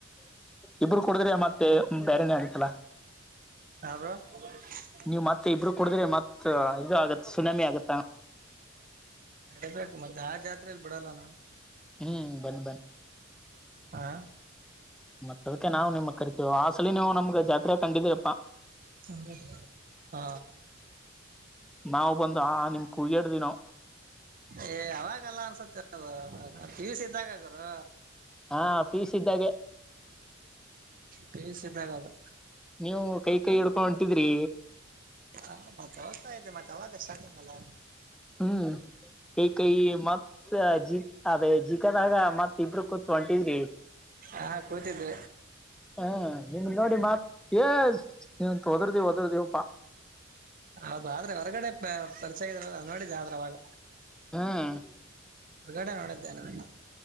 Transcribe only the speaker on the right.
<unintelligible>
ನಡಿಬೇಕ ಮತ್ತ ಆ ಜಾತ್ರಲಿ ಬಿಡಲ್ಲ ನಾನು
ಹಾ
<inaudible>
ಏ ಅವಾಗಲ್ಲ ಅನ್ಸುತ್ತೆ ಅದು ಪಿಯಸಿ ಇದ್ದಾಗ ಗುರು
ಪಿಯುಸ್ ಇದ್ದಾಗ ಅದು
ಹಾ ಮತ್ತೆ ಅವಾತ್ತಾ ಆಯ್ತಾ ಮತ್ತೆ ಅವಾಗ ಸ್ಟಾಟಿಂಗ ಅಲ್ಲಾ
ಹಾ ಕೂತಿದ್ದೆ
ಹೌದಾದ್ರೆ ಹೊರಗಡೆ ಪರಿಚಯ ನೋಡಿದ ಆದ್ರೆ ಅವಾಗ
ಹೊರಗಡೆ ನೋಡಿದ್ದೆ ನಿಮ್ಮನ್ನ